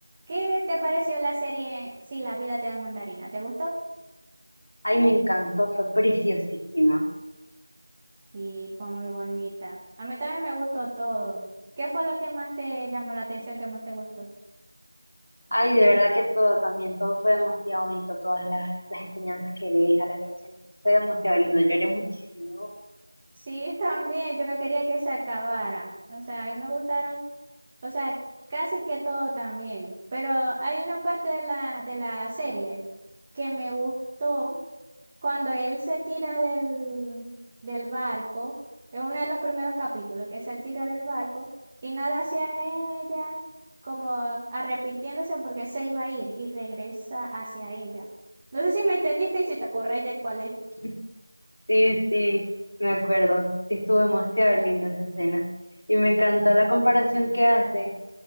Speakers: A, on the right (about 20°); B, on the left (about 65°).
A: ¿Qué te pareció la serie Si la vida te da mandarina? ¿Te gustó?
B: Ay, me encantó, fue preciosísima.
A: Sí, fue muy bonita. A mí también me gustó todo. ¿Qué fue lo que más te llamó la atención, que más te gustó?
B: Ay, de verdad que todo también, todo fue demasiado bonito, todas las, las enseñanzas que deja, las lecciones, fue demasiado lindo, lloré muchísimo. y vos.
A: Sí, también, yo no quería que se acabara. O sea, a mí me gustaron, o sea, casi que todo también. Pero hay una parte de la, de la serie que me gustó cuando él se tira del, del barco. Es uno de los primeros capítulos, que es el tira del barco y nada hacia ella, como arrepintiéndose porque se iba a ir y regresa hacia ella. No sé si me entendiste y si te acordáis de cuál es.
B: <laughs> Sí, sí, me acuerdo, sí estuvo demasiado linda esa escena. Y me encantó la comparación que hacen